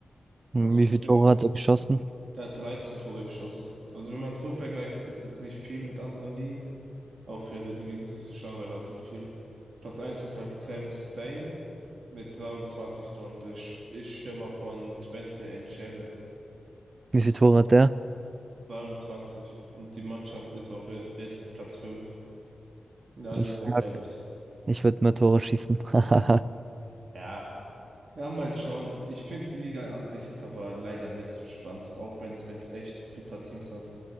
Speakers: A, on the right; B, on the right.
A: Hm,
B: Also ich
A: Wie viele
B: finde,
A: Tore hat er geschossen?
B: Der hat 13 Tore geschossen. Also wenn man es so vergleicht, ist es nicht viel mit anderen Ligen, aber für die Eredivisie ist es schon relativ viel. Platz eins ist halt Sam Stein mit 23 Toren. Der Sch- ist Stürmer von Twente Enschede
A: Wie
B: und
A: viele Tore hat der?
B: 22. Und die Mannschaft ist auch jetzt Platz fünf also
A: Ich
B: in
A: sag
B: den Playoffs.
A: Ich würde mehr Tore schießen. <laughs>
B: Ja. Ja, mal schauen. Ich finde, die Liga an sich ist aber leider nicht so spannend, auch wenn es halt echt super Teams hat.